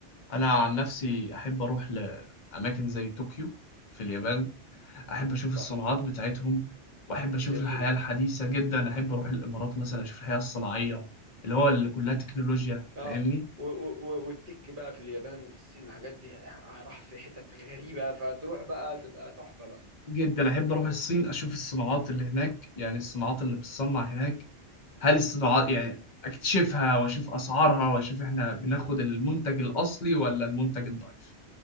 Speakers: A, on the left (about 50°); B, on the right (about 50°).
A: أنا عن نفسي أحب أروح لأماكن زي طوكيو في اليابان أحب أشوف
B: تحفة
A: الصناعات بتاعتهم وأحب أشوف
B: جميلة
A: الحياة الحديثة جدا أحب أروح الإمارات مثلا أشوف الحياة الصناعية اللي هو اللي كلها تكنولوجيا فاهمني
B: اه و- و- و- والتك بقى في اليابان وفي الصين الحاجات دي راح في حتت غريبة فتروح بقى تبقى تحفة بقى
A: جدا احب اروح الصين اشوف الصناعات اللي هناك يعني الصناعات اللي بتصنع هناك هل الصناعات يعني اكتشفها واشوف اسعارها واشوف احنا بناخد المنتج الاصلي ولا المنتج الضعيف